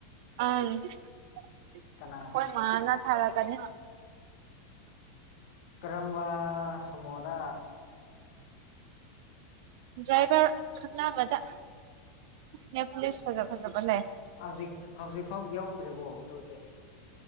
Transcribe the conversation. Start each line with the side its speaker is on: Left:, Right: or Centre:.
Right: ꯑꯈꯣꯏ
Left: ꯀꯅꯥ
Right: ꯃꯥꯅꯥ ꯊꯥꯔꯛ ꯀꯅꯤ
Left: ꯀꯔꯝꯕ ꯁꯃꯣꯗ
Right: ꯗ꯭ꯔꯥꯏꯚꯔ ꯈꯅꯥꯕꯗ ꯅꯦ ꯄꯨꯂꯤꯁ ꯐꯖ ꯐꯖꯕ ꯂꯩꯦ
Left: ꯍꯧꯖꯤꯛ ꯍꯧꯖꯤꯛ ꯐꯥꯎ ꯌꯧꯗ꯭ꯔꯤꯕꯣ ꯑꯗꯨꯗꯤ